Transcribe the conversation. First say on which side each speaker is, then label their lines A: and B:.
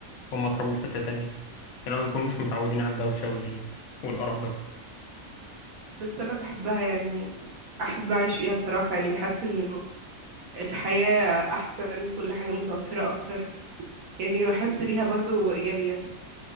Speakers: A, on the left; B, on the right.
A: هم اتربوا في حتة تانية اللي هم مبيكونوش متعودين على الدوشة وال... والقرف ده
B: بس انا بحبها يعني احب اعيش فيها بصراحة يعني بحس انه الحياة احسن كل حاجة متوفرة اكتر يعني بحس ليها برضو ايجابيات